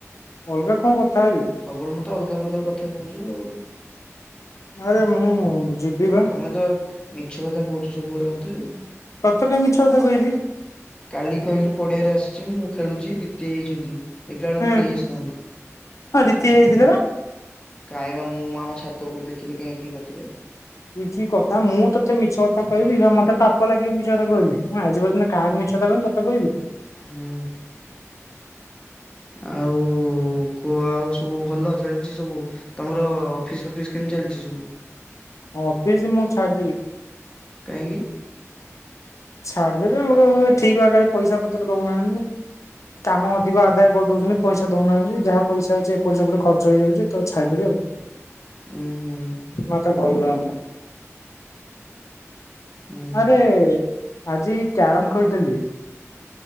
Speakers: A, on the left; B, on the left.
A: ଅଲଗା କଣ କଥା ହେବି।
B: ସବୁବେଳେ ମୁଁ ତ ଅଲଗା ପ୍ରକାର କଥା କହୁଚି ଆଉ।
A: ଆରେ ମୁଁ ଯିବି ବା।
B: ତମେ ତ ମିଛ କଥା କହୁଛ ସବୁବେଳେ ମୋତେ ଆଉ।
A: ତତେ କାଇଁ ମିଛ କଥା କହିବି।
B: କାଲି କହିଲୁ ପଡିଆରେ ଆସିଛି ମୁଁ ଖେଳୁଛି ଦ୍ୱିତେଇ ଯାଇଛନ୍ତି। ଦେଖିଲାବେଳକୁ
A: ହୁଁ
B: କେହି ଆସିନାହାନ୍ତି।
A: ହଁ ଦିଦି ହେଇଥିଲେ ବା।
B: କାହିଁବା ମୁଁ ଆମ ଛାତ ଉପରୁ ଦେଖିଲି କାଇଁ କେହି ନଥିଲେ।
A: ଇଏ କି କଥା ମୁଁ ତତେ ମିଛ କଥା କହିବି ଆ ମତେ ପାପ ଲାଗିବ ମିଛ କଥା କହିଲେ ମୁଁ ଆଜି ପର୍ଯ୍ୟନ୍ତ କାହାକୁ ମିଛକଥା କହିନି ତତେ କହିବି।
B: ହୁଁ। ଆଉ କୁ ଆଉ ସବୁ ଭଲ ଚାଲିଛି ସବୁ ତମର ଅଫିସ ଫଫିସ କେମତି ଚାଲିଛି ସବୁ?
A: ଅଫିସ ମୁଁ ଛାଡ଼ିଦେବି।
B: କାହିଁକି?
A: ଛାଡିଦେବି ଆଉ ଠିକ ବାଗରେ ପଇସା ପତ୍ର ଦୋଉନାହାନ୍ତି। କାମ ଅଧିକ ଆଦାୟ କରିଦଉଛନ୍ତି ପଇସା ଦଉନାହାନ୍ତି ଯାହା ପଇସା ଅଛି ଏପଟ ସେପଟେ ଖର୍ଚ ହେଇଯାଉଛି ତ ଛାଇଦେନି ଆଉ।
B: ଉହୁଁ।
A: ମତେ ଭଲ ଲାଗୁନି।
B: ଉଁ ହୁଁ
A: ଆରେ ଆଜି କ୍ୟାରମ ଖେଳୁଥିଲି